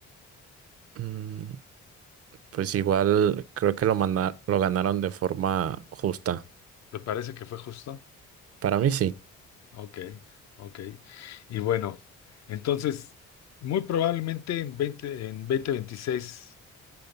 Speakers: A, on the right (about 50°); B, on the left (about 65°).
A: mm, pues igual creo que lo manda- lo ganaron de forma justa.
B: me parece que fue justo.
A: Para mí sí.
B: Ok, ok. Y bueno, entonces, muy probablemente en 20, en 2026,